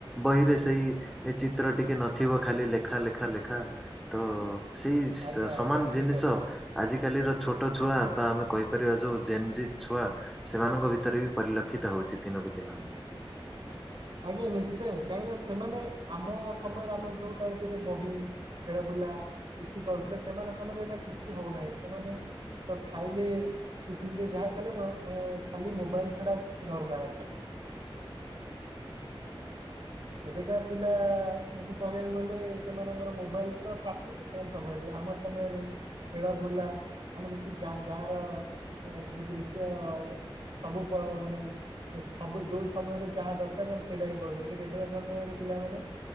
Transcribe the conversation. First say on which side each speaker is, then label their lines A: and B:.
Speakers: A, in the centre; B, on the right (about 55°).
A: ବହିରେ
B: ହଁ
A: ସେଇ। ଏ ଚିତ୍ର ଟିକିଏ ନଥିବ ଖାଲି ଲେଖା ଲେଖା ଲେଖା ତ ସେଇ
B: ଆଜ୍ଞା
A: ସମାନ
B: ଆଜ୍ଞା ଠିକ
A: ଜିନିଷ
B: କଥା
A: ଆଜିକାଲିର ଛୋଟ ଛୁଆ ବା ଆମେ କହିପାରିବା ଯୋଉ ଜେନ୍ଜି ଛୁଆ ସେମାନଙ୍କ ଭିତରେ ବି ପରିଲକ୍ଷିତ ହଉଛି ଦିନକୁ ଦିନ।
B: ଆଜ୍ଞା ନିଶ୍ଚୟ କାହିଁକିନା ସେମାନେ ଆମ ସମୟରେ
A: ହଁ।
B: ଆମେ ଯୋଉଟାଇ ବହି ଖେଳ ବୁଲା କିଛି କରୁଥିଲେ ସେମାନଙ୍କ ସମୟରେ ଏ କିଛି ହଉନାହିଁ ସେମାନେ ତ ଖାଇଲେ କି ପିଇଲେ ଯାହା କଲେ ଖାଲି ମୋବାଇଲ ଛଡା ଆଉ କିଛି ଧରୁନାହାନ୍ତି। ଏବେକା ପିଲାଙ୍କୁ କହିବାକୁ ଗଲେ ସେମାନଙ୍କର ମୋବାଇଲ ତ ସାଥିୀ। ସେମାନେ ସବୁ ଆମ ସମୟରେ ଖେଳ ବୁଲା ଆମେ କିଛି ଗାଁ ଗାଁ ର ଅ କିଛି ଦୃଶ୍ୟ ସବୁ ମାନେ ସବୁ ଯୋଉ ସମୟରେ ଯାହା ଦରକାର ସେଇଟା ହିଁ କରୁଥିଲେ କିନ୍ତୁ ଏବେ ସମୟରେ ପିଲାମାନେ